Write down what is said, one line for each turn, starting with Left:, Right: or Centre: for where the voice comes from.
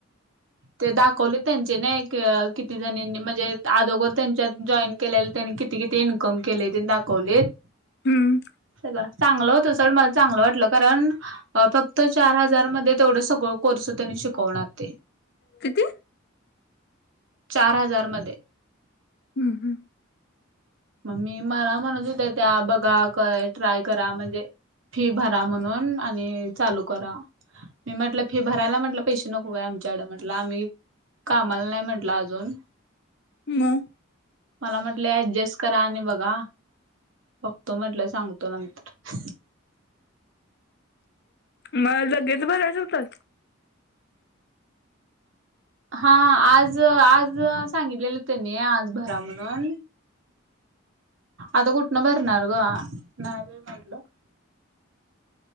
Right: ते दाखवले, त्यांचे ना एक, किती जणीनी, म्हणजे आदोगर त्यांच्यात, जॉईन केले, त्यांनी कि ती-किती इनकम केले, ते न दाखवलेत.
Left: हम्म.
Right: सगळं, चांगलं होत सोड, मला चांगलं वाटलं, कारण फक्त चार हजार मध्ये, तेवढं सगळं कोर्स, त्यांनी शिकवणार ते.
Left: किती?
Right: चार हजार मध्ये.
Left: हम्म, हम्म.
Right: मगं मी मला म्हणत होते त्या. बघा काय ट्राय करा. म्हणजे फी भरा म्हणून आणि चालू करा. मी म्हटलं, फि भरायला म्हटलं पैसे नको काय आमच्याकड. म्हटल आम्ही कामाला नाही म्हटलं अजून.
Left: मगं?
Right: मला म्हटले, ऍडजस् करा आणि बघा. बघतो म्हटलं, सांगतो नंतर.
Left: मग लगेच भरायच होतं.
Right: हा, आज-आज सांगितलेलं त्यांनी. आज भरा म्हणून. आता कुठनं भरणार ग? आ नाही बाई म्हटलं